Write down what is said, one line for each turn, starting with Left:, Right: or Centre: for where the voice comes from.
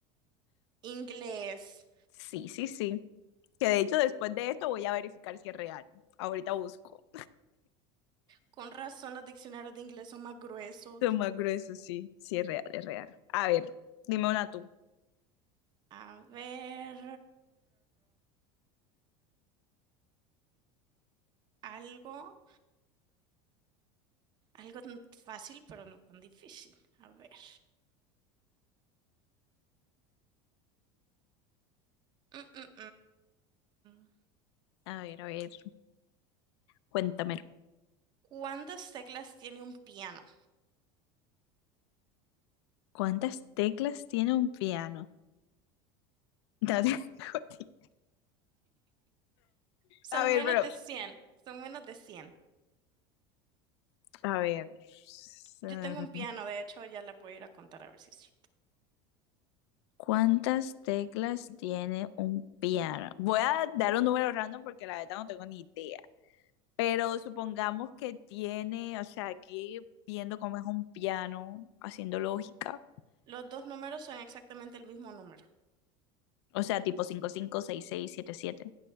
Right: Inglés.
Left: Sí, sí, sí. Que de hecho después de esto voy a verificar si es real. Ahorita busco.
Right: Con razón los diccionarios de inglés son más gruesos.
Left: Es más grueso, sí. Sí es real, es real. A ver, dime una tú.
Right: A ver, algo, algo tan fácil, pero no tan difícil. A ver. Mm, mm, mm.
Left: A ver, a ver. Cuéntame.
Right: ¿Cuántas teclas tiene un piano?
Left: ¿Cuántas teclas tiene un piano? <laughs> No tengo ni-
Right: Son
Left: A ver,
Right: menos
Left: pero.
Right: de cien. son menos de cien.
Left: A ver. mm,
Right: Yo tengo un piano, de hecho, ya las voy a ir a contar a ver si es cierto.
Left: ¿Cuántas teclas tiene un piano? Voy a dar un número random porque la verdad no tengo ni idea. Pero supongamos que tiene, o sea, aquí viendo cómo es un piano, haciendo lógica,
Right: Los dos números son exactamente el mismo número.
Left: o sea, tipo cinco cinco seis seis siete siete